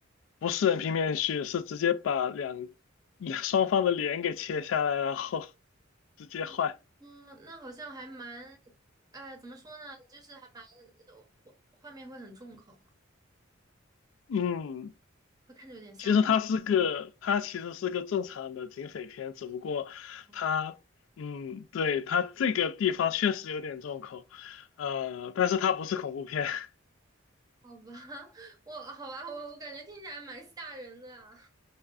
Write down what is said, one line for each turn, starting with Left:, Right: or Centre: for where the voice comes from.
Left: 不是人皮面具，是直接把两两 <laughs> 双方的脸给切下来，然后 <laughs> 直接换。
Right: 啊嗯，那好像还蛮，呃，怎么说呢？就是还蛮，呃画画面会很重口。
Left: 嗯，
Right: 会看着有点吓人
Left: 其实它是个，它其实是个正常的警匪片，只不过它，
Right: 哦。<laughs>
Left: 嗯，对，它这个地方确实有点重口，呃，但是它不是恐怖片。<laughs>
Right: 好吧，<laughs> 我好吧，我我感觉听起来蛮吓人的啊。